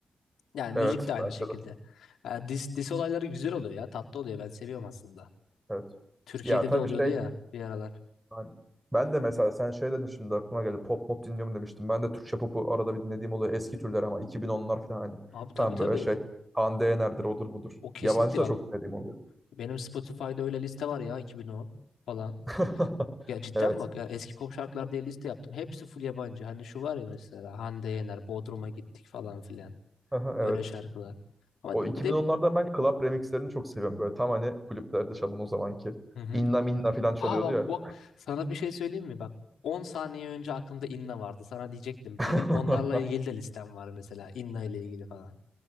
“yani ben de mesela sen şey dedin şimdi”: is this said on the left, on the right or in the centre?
Centre